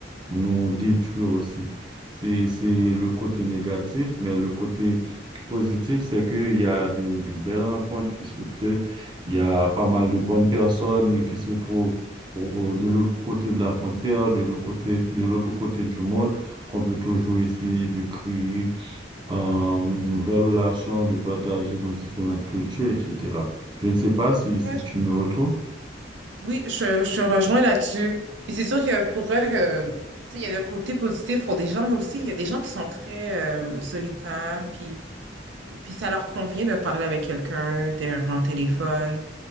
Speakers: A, on the right (about 25°); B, on the right (about 80°).
A: nous détruire aussi. C'est, c'est le
B: Oui,
A: côté négatif, mais le côté positif, c'est qu'il y a de, de belles rencontres qui se font. Il y a pas mal de bonnes personnes qui se trouvent au- au- de l'autre côté de la frontière, de l'autre côté, de l'autre côté du monde, qu'on peut toujours essayer de créer euh, une nouvelle relation, de partager nos différentes cultures, etc. Je ne sais pas si, si
B: Ouais, je,
A: tu me retrouves.
B: oui, je, je te rejoins là-dessus. Puis c'est sûr que pour eux, que, tu sais, il y a un côté positif pour des gens, mais aussi il y a des gens qui sont très euh, solitaires, puis, puis ça leur convient de parler avec quelqu'un, derrière un téléphone.